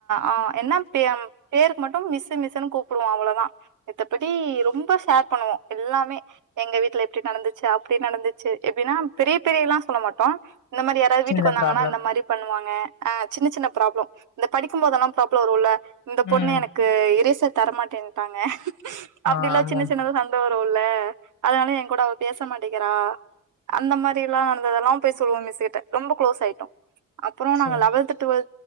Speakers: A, on the right; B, on the left.
A: ஆஹ் என்ன பேருக்கு மட்டும் மிஸ் மிஸ்ன்னு கூப்டுவோம் அவ்ளோதான் மித்தபடி ரொம்ப ஷேர் பண்ணுவோம் எல்லாமே எங்க வீட்டுல இப்படி நடந்துச்சு அப்படி நடந்துச்சு எப்டின்னா பெரிய பெரிய எல்லாம் சொல்ல மாட்டோம் இந்த மாரி யாரது வீட்டுக்கு
B: சின்ன
A: வந்தாங்கனா
B: ப்ராப்ளம்.
A: இந்த மாரி பண்ணுவாங்க ஆஹ் சின்ன சின்ன ப்ராப்ளம் இந்த படிக்கும்போதெல்லாம் ப்ராப்ளம் வரும்ல இந்த பொண்ணு
B: ம்.
A: எனக்கு இரசர் தரமாட்டேன்ட்டாங்க அப்டில்லாம்
B: ஆ ஆமா.
A: சின்ன சின்னதா சண்ட வரும் கும்ல அதனால என் கூட அவ பேச மாட்டேங்கிறா அந்த மாரிலாம் நடந்ததெல்லாம் போய் சொல்லுவோம் மிஸ் கிட்ட ரொம்ப க்ளோஸ் ஆயிட்டும் அப்புறம் நா
B: சரி.
A: லேவன்த டுவல்